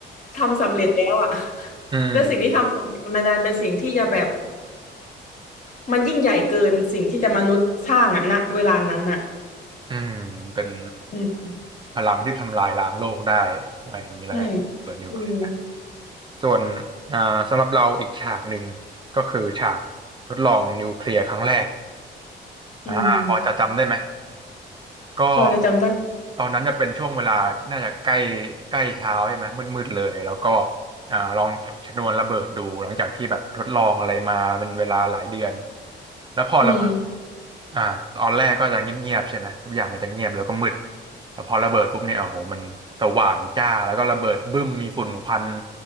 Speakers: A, on the left; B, on the right.
A: ทำสำเร็จแล้วอะ <laughs>
B: อืม
A: แล้วสิ่งที่ทำสำเร็จมันดันเป็นสิ่งที่จะแบบมันยิ่งใหญ่เกินสิ่งที่จะมนุษย์สร้างอะณเวลานั้นอะ
B: อืมเป็น
A: อืม
B: พลังที่ทำลายล้างโลกได้อะไรอย่างนี้แล้วกัน
A: ใช่
B: เปิดนิวเคลียร์
A: อืม
B: ส่วนอ่าสำหรับเราอีกฉากหนึ่งก็คือฉากทดลองนิวเคลียร์ครั้งแรก
A: อืม
B: อ่าพอจะจำได้ไหม ก็
A: พอจะจำได้
B: ตอนนั้นจะเป็นช่วงเวลาน่าจะใกล้ใกล้เช้าใช่ไหมมืดมืดเลยแล้วก็อ่าลองจุดชนวนระเบิดดูหลังจากที่แบบทดลองอะไรมาเป็นเวลาหลายเดือนแล้วพอระเบิด
A: อืม
B: อ่าตอนแรกก็จะเงียบๆใช่ไหมทุกอย่างมันจะเงียบแล้วก็มืดแต่พอระเบิดปุ๊บเนี่ยโอ้โหมันสว่างจ้าแล้วก็ระเบิดบึ้มมีฝุ่นควัน